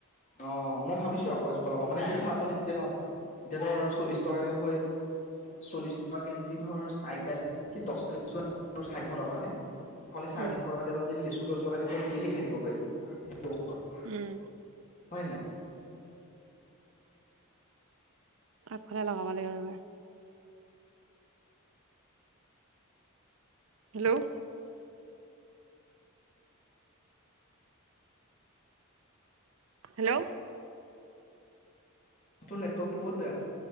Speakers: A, on the left (about 35°); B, on the right (about 70°).
A: অ', মই ভাবিছো আকৌ এজোপা লগাও, মানে কি চা তই নিজে ভাব, এতিয়া ধৰ চল্লিশ টকাকে হৈ চল্লিশ টকা কেজি ধৰ চাৰিটা <unintelligible> চাৰিশ টকা হয়নে? চাৰেতিনিশতে
B: উম।
A: এডাল যদি লেচু গছ লগাই দিওঁ তই ডেইলি খাই থাকিব পাৰিবি।
B: উম,
A: হয় নাই?
B: আগফালে লগাব লাগিব এইবাৰ। হেল্ল'! হেল্ল'!
A: তো লেটপটো বহুত বেয়া।